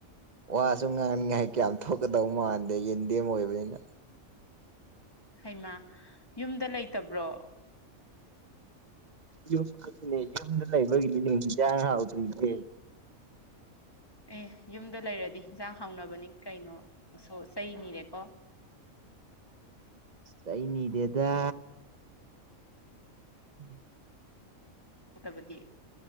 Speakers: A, on the right; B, on the left.
A: ꯋꯥꯁꯨ ꯉꯥꯡꯅꯤꯉꯥꯏ ꯀꯌꯥꯝ ꯊꯣꯛꯀꯗꯧ ꯃꯥꯟꯗꯦ ꯌꯦꯟꯗꯦꯝ ꯑꯣꯏꯕꯅꯤꯅ
B: ꯍꯩꯃꯥ ꯌꯨꯝꯗ ꯂꯩꯇꯕ꯭ꯔꯣ
A: ꯌꯨꯝꯅꯦ ꯌꯨꯝꯗ ꯂꯩꯕꯒꯤꯅꯤꯅꯦ ꯍꯤꯟꯖꯥꯡ ꯍꯥꯎꯇ꯭ꯔꯤꯁꯦ
B: ꯑꯦ ꯌꯨꯝꯗ ꯂꯩꯔꯗꯤ ꯌꯦꯟꯖꯥꯡ ꯍꯥꯎꯅꯕꯅꯤ ꯀꯩꯅꯣ ꯅꯪꯁꯨ ꯆꯩ ꯅꯤꯔꯦꯀꯣ
A: ꯆꯩ ꯅꯤꯗꯦꯗꯥ ꯎꯝ <unintelligible>
B: ꯇꯕꯗꯤ